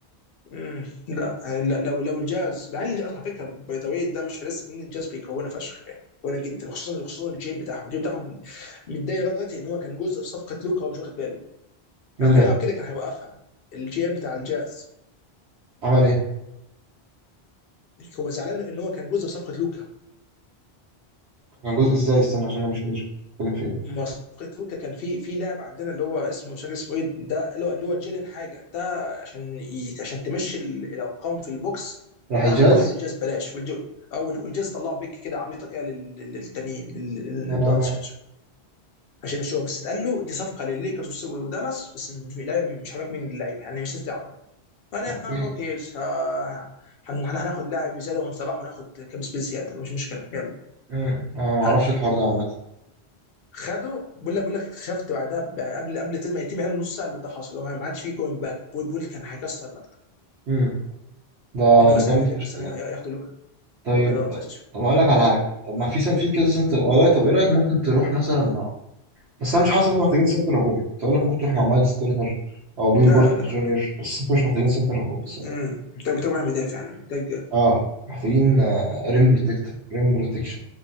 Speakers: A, on the left; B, on the right.
A: مم. لا يعني لا- لو لو الجاز مع ان الجاز على فكره باي ذا واي ده مش فلسفه ان الجاز بيكونها فشخ يعني كونها جدا خصوصا خصوصا الجيم بتاعهم الجيم بتاعهم متضايق لغايه دلوقتي ان هو كان جزء في صفقه لوكا وهو مش واخد باله
B: مين
A: لو كان
B: ده
A: يعرف كده كان هيوقفها الجي ام بتاع الجاز
B: عمل ايه
A: هو زعلان ان هو كان جزء في صفقه لوكا
B: كان جزء ازاي استنى عشان انا مش مدرك بتتكلم في ايه
A: مسابقه لوكا كان في في لاعب عندنا اللي هو اسمه مش عارف اسمه ايه ده اللي هو اللي هو جيلين حاجه ده عشان ي... عشان تمشي ال- الارقام في البوكس
B: راح
A: واحد
B: الجاز
A: واحد للجاز بلاش والجو او والجاز طلعوا بيك كده عبيطه كده لل- لل- للتانيين لل-
B: آه
A: للدونتش عشان مش هو بس اتقال له دي صفقه للليكرز والس- ودالاس بس مش لاعب مش هقول لك مين اللعيبه يعني مش دعوه انا
B: اوكي
A: ها هو كيرز ها ها- هن- هناخد لاعب بزياده ونسبحه وناخد كابس بزياده مش مشكله يلا
B: امم انا ما
A: هاتوا
B: اعرفش الحوار ده عامه
A: خده بقول لك بقول لك اكتشفت بعدها ب- قبل قبل ما يتم اعلان نص ساعه اللي ده حصل هو ما عادش فيه جوين باك بول بول كان هيكسر المكتب
B: امم ده
A: ان هو
B: ده
A: ساعد
B: جامد
A: الليكرز
B: فشخ
A: ياخ-
B: ده
A: ياخدوا لوكا
B: طيب
A: لوكا دونتش
B: طب اقول لك على حاجه طب ما في سن في كذا سنتر والله طب ايه رايك ممكن تروح مثلا مع بس انا مش حاسس ان انتوا محتاجين سنتر هجومي كنت اقول لك ممكن تروح مع مايلز تيرنر او بيبي
A: لا
B: بورت
A: لا لا
B: جونيور
A: لا
B: بس انتوا مش محتاجين سنتر هجومي
A: امم
B: الصراحه
A: محتاج محتاج واحد مدافع يعني محتاج
B: اه محتاجين آه، ريم بروتكتن ريم بروتكشن